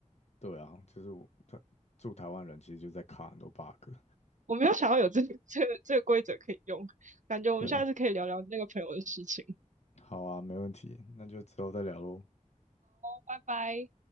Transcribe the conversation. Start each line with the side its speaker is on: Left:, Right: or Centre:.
Left: 对啊，就是我他住台湾人其实就在卡很多 bug。
Right: 我没有想要有这个这个这个规则可以用，感觉我们下次可以聊聊那个朋友的事情。
Left: 对，好啊，没问题，那就之后再聊喽。
Right: 拜拜。